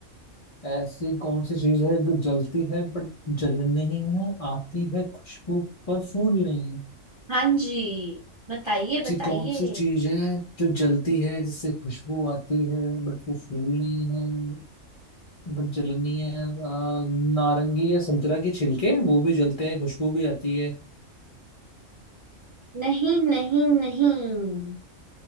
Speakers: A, on the left; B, on the right.
A: ऐसी कौन सी चीज है जो जलती है बट जलन नहीं है आती है खुशबू पर फूल नहीं है
B: हाँ जी बताइए
A: ऐसी
B: बताइए
A: कौन सी चीज है जो जलती है जिससे खुशबू आती है बट वो फूल नहीं है बट जलनी है आ, नारंगी या संतरा के छिलके वो भी जलते हैं खुशबू भी आती है
B: नहीं नहीं नहीं